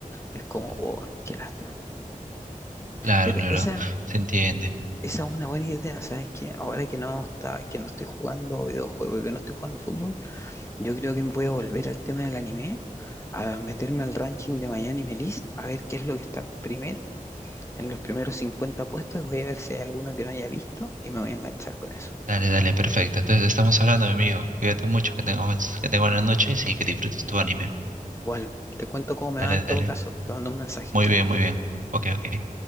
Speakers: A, on the left; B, on the right.
A: es como,
B: claro,
A: oh, qué lástima.
B: claro,
A: Pero
B: claro,
A: esa,
B: se entiende.
A: esa es una buena idea, ¿sabes qué? Ahora que no está, que no estoy jugando videojuegos y que no estoy jugando fútbol, yo creo que voy a volver al tema del anime, a meterme al ranking de My Anime List, a ver qué es lo que está primero, en los primeros 50 puestos, y voy a ver si hay alguno que no haya visto y me voy a enganchar con eso.
B: Dale, dale, perfecto. Entonces estamos hablando, mi amigo. Cuídate mucho, que tengas, que tengas buenas noches y que disfrutes tu anime.
A: Igual, te cuento cómo me
B: Dale,
A: va en todo
B: dale.
A: caso, te mando un mensaje,
B: Muy
A: chao.
B: bien, muy bien. Ok, ok.